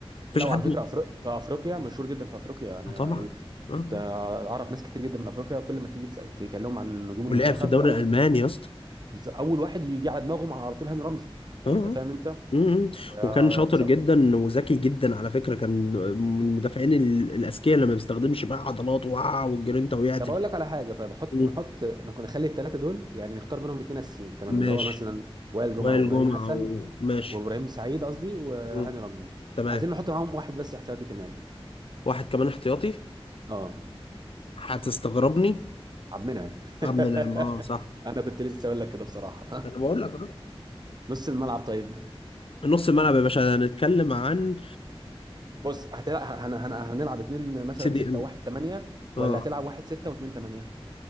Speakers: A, on the left; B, on the right.
A: مفيش
B: لا وعلى
A: حد
B: فكره أفريق في افريقيا مشهور جدا في افريقيا انا
A: آه طبعا
B: ال-
A: آه. آه.
B: انت اعرف ناس كتير جدا من افريقيا كل ما تيجي تسأل- تكلمهم عن نجوم
A: ولعب
B: المنتخب
A: في الدوري
B: اول
A: الألماني يا اسطى
B: بز- اول واحد يجي على دماغهم على طول هاني رمزي يعني
A: آه. آه.
B: انت فاهم انت
A: مم.
B: آه،
A: وكان شاطر
B: بصراحه
A: جدا وذكي جدا على فكرة كان من المدافعين ال- الأذكياء اللي ما بيستخدمش بقى عضلاته وقع والجرينتا وقعت
B: طب
A: الكلام.
B: اقول لك على حاجه طيب احط
A: مم.
B: نحط نكون نخلي الثلاثه دول يعني نختار منهم اتنين اساسيين تمام
A: ماشي
B: اللي هو مثلا وائل
A: وائل
B: جمعه وابراهيم
A: جمعة
B: حسن
A: وماشي
B: وابراهيم سعيد قصدي وهاني
A: مم.
B: رمزي
A: تمام
B: عايزين نحط معاهم واحد بس احتياطي كمان
A: واحد كمان احتياطي
B: اه
A: هتستغربني
B: عبد المنعم
A: عم نعم
B: <laughs>
A: اه صح
B: انا كنت لسه اقول لك كده بصراحه
A: ده انا بقول لك اهو
B: <laughs> نص الملعب طيب
A: نص الملعب يا باشا هنتكلم عن
B: بص هتلعب هن... هن... هنلعب اتنين مثلا
A: سي دي
B: ستة
A: ام
B: وواحد تمانية
A: اه
B: ولا هتلعب واحد ستة واتنين تمانية